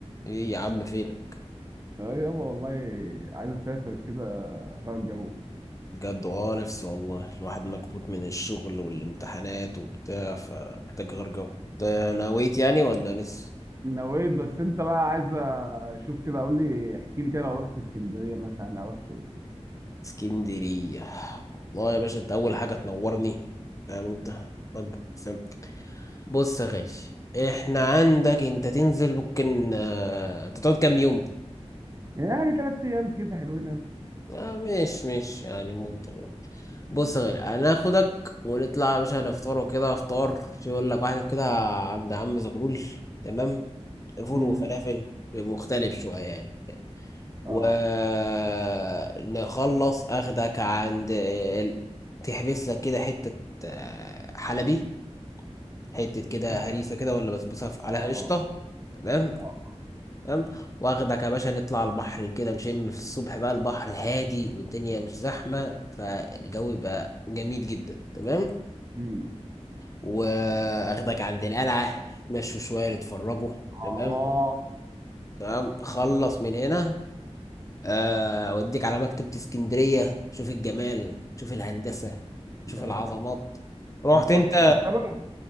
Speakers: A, on the left; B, on the right.
A: ايه يا عم فينك
B: اه يابا والله عايز اسافر كده اغير الجو
A: بجد اه نفسي والله الواحد مكبوت من الشغل والامتحانات وبتاع فمحتاج غير جو انت نويت يعني ولا لسه
B: نويت بس انت بقى عايز اشوف كده قول لي احكي لي كده لو رحت اسكندريه مثلا اروح فين
A: اسكندرية والله يا باشا انت اول حاجة تنورني فاهم انت طب فاهم بص يا غالي احنا عندك انت تنزل ممكن اه، انت تقعد كام يوم
B: يعني ثلاث ايام كده حلوين أوي.
A: اه مش مش يعني مرتين بص يا غالي هناخدك ونطلع يا باشا نفطر وكده افطار شو يقول لك واحد كده عند عم زغلول تمام فول
B: امم
A: وفلافل مختلف شوية يعني
B: اه
A: ونخلص أخدك عند ال- تحبس لك كده حتة آه، حلبي حتة كده
B: اه
A: هريسة كده ولا بسبوسة ف-
B: اه
A: عليها قشطة تمام
B: اه
A: تمام واخدك يا باشا نطلع على البحر كده نشم في الصبح بقى البحر هادي والدنيا مش زحمة فالجو بقى جميل جدا تمام
B: امم
A: واخدك عند القلعة مشوا شوية نتفرجوا تمام
B: اه
A: تمام خلص من هنا آه، اوديك على مكتبة اسكندرية شوف الجمال شوف الهندسة شوف
B: لا
A: العظمات رحت
B: هنخش
A: انت
B: المكتبه